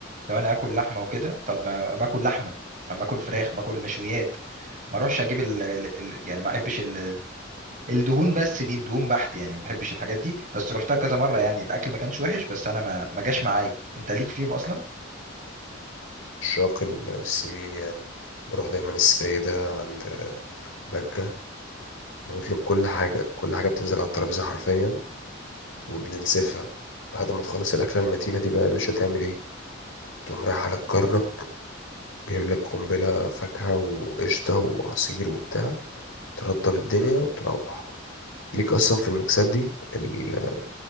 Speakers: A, on the right (about 40°); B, on the left (about 75°).
A: لو انا اكل لحمه وكده طب ما ما اكل لحمه اما اكل فراخ ما اكل مشويات ما اروحش اجيب ال ال- ال- يعني ما احبش الدهون بس دي دهون بحت يعني ما بحبش الحاجات دي بس رحتها كذا مره يعني الاكل ما كانش وحش بس انا ما ما جاش معايا انت ليك فيهم اصلا
B: عشاق السمين يعني بروح دايما السيدة عند بجة بنطلب كل حاجة كل حاجة بتنزل على الترابيزة حرفيا وبننسفها بعد ما تخلص الأكلة المتينة دي بقى يا باشا تعمل ايه؟ تقوم رايح على الكرنب جايب لك قنبلة فاكهة وقشطة وعصير وبتاع ترطب الدنيا وتروح ليك أصلا في المكسات دي ال-